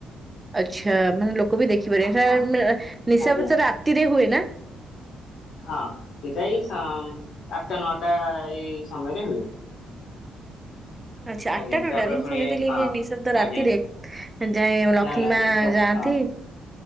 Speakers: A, on the right (about 15°); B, on the left (about 65°).
A: ଆଚ୍ଛା ମାନେ ଲୋକ ବି ଦେଖିପାରିବେ
B: ହଁ
A: ହେରା ମା- ନିଶା
B: ଆଜ୍ଞା
A: ତ ରାତିରେ ହୁଏ ନା। <inaudible>
B: ହଁ ସେଟା ଏ ଆଠଟା ନଅଟା ଏଇ ସମୟରେ ହୁଏ।
A: ଆଚ୍ଛା ଆଠଟା
B: ଆଜ୍ଞା
A: ନଅଟାରେ
B: ତାପରେ
A: ମୁଁ
B: ପୁଣି
A: ଶୁଣିଥିଲି
B: ହଁ
A: କି ନିଃଶବ୍ଦ ରାତିରେ
B: ଆଜ୍ଞା।
A: ଯାଏ ଲକ୍ଷ୍ମୀ
B: ନା ନା
A: ମା
B: ନି ସବ
A: ଯାଆନ୍ତି
B: ହଁ